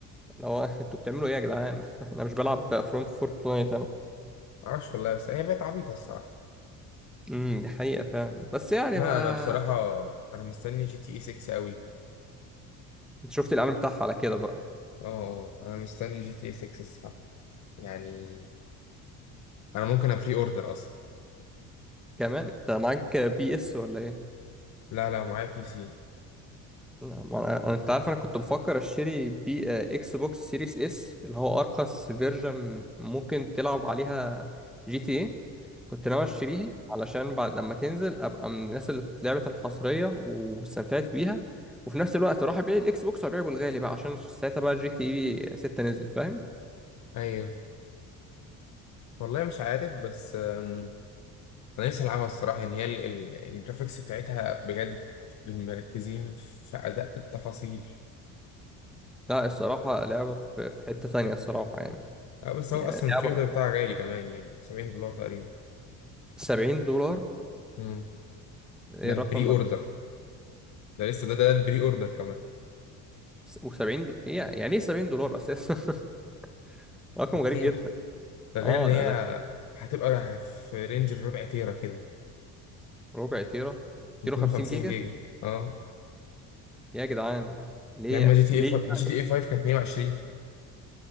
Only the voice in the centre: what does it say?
اللي هو <laughs> انتوا بتعملوا ايه يا جدعان <laughs> انا مش بلعب فرونت فورتنايت انا
امم دي حقيقة فعلا بس يعني
بقى
انت شفت الاعلان بتاعها على كده بقى
كمان انت معاك بي اس ولا ايه؟
لا ما انا أنا- انت عارف انا كنت بفكر اشتري بي آه، اكس بوكس سيريس اس اللي هو ارخص فيرجن ممكن تلعب عليها جي تي ايه كنت ناوي
اشتريه علشان بعد لما تنزل ابقى من الناس اللي لعبت الحصرية واستمتعت بيها وفي نفس الوقت اروح ابيع الاكس بوكس وابيعه بالغالي بقى عشان ساعتها بقى جي تي ايه 6 نزلت فاهم؟
لا الصراحة لعبة في في حتة تانية الصراحة يعني
يعني
لعبة
70 دولار
ايه
رقم
مج...
و70 دو... ايه يعني ايه 70 دولار اساسا <laughs> رقم
غريب جدا
اه
ده ده
ربع تيرا
250 جيجا
يا جدعان ليه
<laughs> ليه
يعني